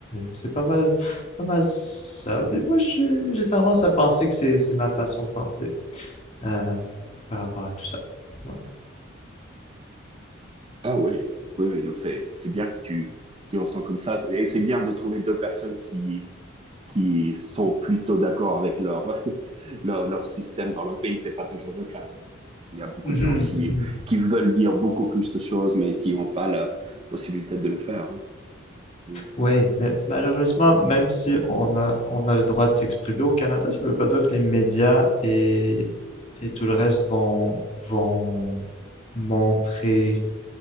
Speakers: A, on the left; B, on the right.
A: C'est- pas mal, pas mal ça. Puis moi, j'ai tendance à penser que c'est ma façon de penser euh, par rapport à tout ça. Ouais.
B: Ah oui, oui, oui, non, c'est c'est bien que tu tu ressens comme ça. Et c'est bien de trouver deux personnes qui qui sont plutôt d'accord avec leur <laughs> leur leur système dans leur pays. C'est pas toujours le cas. hein. Il y a beaucoup
A: Mhm,
B: de gens qui,
A: mhm.
B: qui veulent dire beaucoup plus de choses, mais qui n'ont pas la possibilité de le faire. hein. Mm.
A: Oui, mais malheureusement, même si on a, on a le droit de s'exprimer au Canada, ça veut pas dire que les médias et, et tout le reste vont, vont montrer,